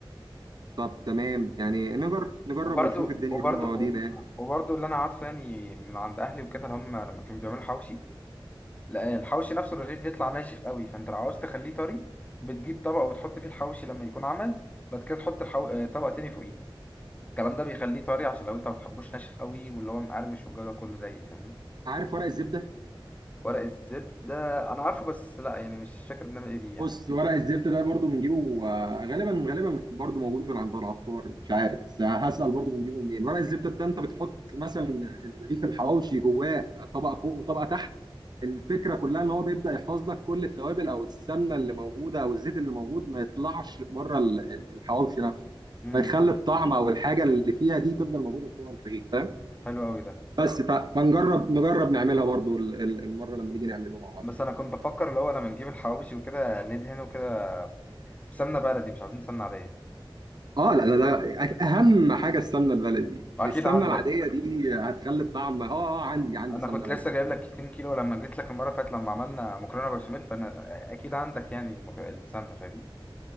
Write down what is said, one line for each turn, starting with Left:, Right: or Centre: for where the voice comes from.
Right: طب تمام يعني نجر نجرب
Left: وبرده
Right: ونشوف الدنيا
Left: وبرده
Right: دي مواضيع
Left: وبرده اللي انا عارفه يعني من عند اهلي وكده ان هم لما كانوا بيعملوا حوشي لا الحوشي نفسه الرغيف بيطلع ناشف قوي فانت لو عاوز تخليه طري بتجيب طبق وتحط فيه الحوشي لما يكون عمل بعد كده تحط الحو... آه، طبق تاني فوقيه الكلام ده بيخليه طري عشان لو انت ما بتحبوش ناشف قوي واللي هو مقرمش والجو ده كله زي فاهمني
Right: عارف ورق الزبده
Left: ورق الزبدة أنا عارفه بس لأ يعني مش فاكر بنعمل إيه بيه يعني
Right: بص ورق الزبدة ده برضو بنجيبه آه، غالبا غالبا برضو موجود من عند العطار مش عارف بس هسأل برضو بنجيبه منين ورق الزبدة ده انت بتحط مثلا الرغيف الحواوشي جواه طبقة فوق وطبقة تحت الفكرة كلها ان هو بيبدأ يحفظ لك كل التوابل او السمنة اللي موجودة او الزيت اللي موجود ما يطلعش بره ال- ال- الحواوشي نفسه
Left: امم
Right: فيخلي الطعم او الحاجة اللي فيها دي تفضل موجودة جوه الرغيف فاهم
Left: حلو أوي ده
Right: بس ف- فنجرب نجرب نعملها برضو ال- ال- المرة لما نيجي نعمله مع بعض
Left: بس أنا كنت بفكر اللي هو لما نجيب الحواوشي وكده ندهنه كده بسمنة بلدي مش عاوزين سمنة عادية
Right: اه لا ده ده اهم حاجه السمنه البلدي
Left: أكيد
Right: السمنه
Left: عندك
Right: العاديه دي هتخلي الطعم اه اه عندي عندي
Left: أنا
Right: سمنه
Left: كنت
Right: بلدي
Left: لسه جايب لك 2 كيلو لما جيت لك المرة اللي فاتت لما عملنا مكرونة بشاميل فأنا أكيد عندك يعني المك... السمنة فاهمني